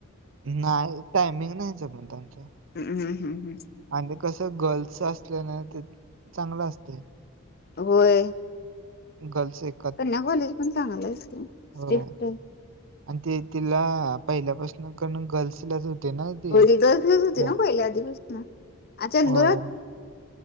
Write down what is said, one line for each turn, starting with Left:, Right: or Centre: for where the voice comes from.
Right: नाय ओ, टायमिंग नाही जमत आमचं.
Left: हम्म हम्म हम्म.
Right: आणि कसं गर्ल्सच असलना ते, चांगलं असतय.
Left: होय.
Right: गल्स एक
Left: कन्या कॉलेज पण चांगल आहेच की
Right: हो
Left: स्ट्रिक्ट आहं.
Right: आणि ते तिला पहिल्यापासन कण गर्ल्सलाच होती. ते नाही ते
Left: होय रिगर्सलाच होती
Right: हो
Left: ना पहिल्या आधीपासून आ चंदुरात
Right: होय.